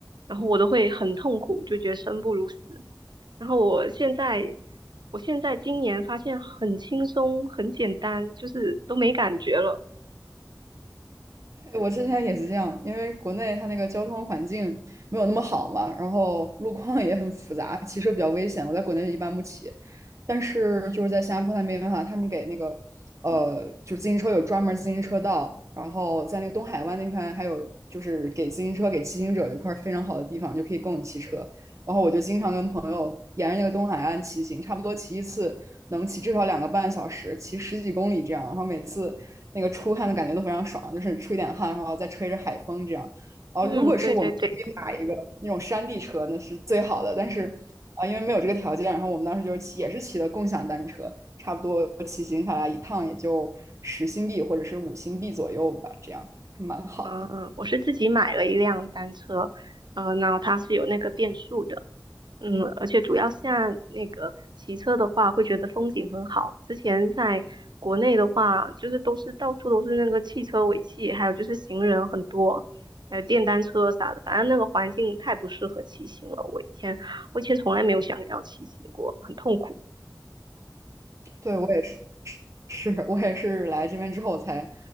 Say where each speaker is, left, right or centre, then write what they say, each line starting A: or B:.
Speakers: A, on the right; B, on the right.
A: 然后我都会很痛苦，就觉得生不如死。然后我现在，我现在今年发现很轻松，很简单，就是都没感觉了。
B: 对我之前也是这样，因为国内它那个交通环境没有那么好嘛，然后路况也很复杂，骑车比较危险。我在国内一般不骑，但是就是在新加坡那边哈，他们给那个呃，就是自行车有专门自行车道，然后在那个东海湾那块还有就是给自行车给骑行者有一块非常好的地方，就可以供你骑车。然后我就经常跟朋友沿着那个东海岸骑行，差不多骑一次能骑至少两个半小时，骑十几公里这样。然后每次那个出汗的感觉都非常爽，就是出一点汗，然后再吹着海风这样。然后如果是我们可以买一个那种山地车，
A: 嗯，对对对，
B: 那是最好的。
A: 嗯
B: 但是啊、呃因为没有这个条件，然后我们当时就是骑，也是骑的共享单车，差不多骑行下来一趟也就十新币或者是五新币左右吧，这样还蛮好的。
A: 嗯，嗯我是自己买了一辆单车，呃，然后它是有那个变速的，嗯，而且主要现在那个骑车的话，会觉得风景很好。之前在国内的话，就是都是到处都是那个汽车尾气，还有就是行人很多，还有电单车啥的，反正那个环境太不适合骑行了。我以前我以前从来没有想要骑行过，很痛苦。
B: 对，我也是我也是来这边之后才